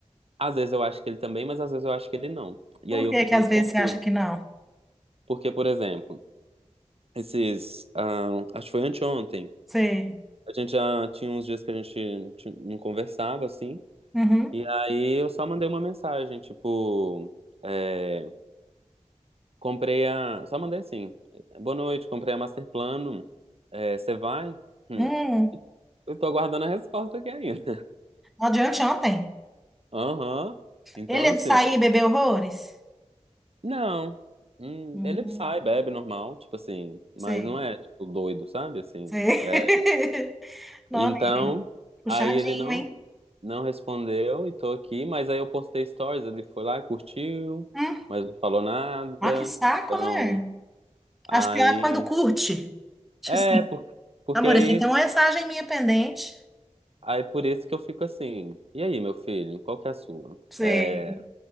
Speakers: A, on the right (about 55°); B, in the centre.
A: às vezes eu acho que ele também, mas às vezes eu acho que ele não. E
B: Por
A: aí eu
B: que
A: fico
B: que às
A: muito
B: vezes
A: confuso.
B: você acha que não?
A: Porque, por exemplo, esses. ah, acho que foi anteontem.
B: Sei.
A: A gente já tinha uns dias que a gente ti- não conversava, assim.
B: Uhum.
A: E aí eu só mandei uma mensagem, tipo. é, comprei a. Só mandei assim. Boa noite, comprei a Master Plano. É, Você vai? Hum,
B: Hum.
A: Eu tô aguardando a resposta aqui ainda.
B: No de anteontem.
A: <laughs> Aham. Então,
B: Ele
A: assim.
B: é de sair e beber horrores?
A: Não. Hum,
B: Hum.
A: ele sai, bebe normal, tipo assim, mas
B: Sei.
A: não é tipo doido, sabe? Assim,
B: Sei.
A: é.
B: <laughs> Não,
A: Então,
B: né? Puxadinho,
A: aí ele não
B: hein?
A: não respondeu e tô aqui, mas aí eu postei stories, ele foi lá, curtiu,
B: Hum.
A: mas não falou nada.
B: Olha que saco,
A: Então,
B: né?
A: aí
B: Acho pior é quando curte. Tipo
A: é
B: assim,
A: por- porque
B: amor,
A: aí
B: você tem uma mensagem minha pendente.
A: aí por isso que eu fico assim. E aí, meu filho, qual que é a sua?
B: Sei.
A: É,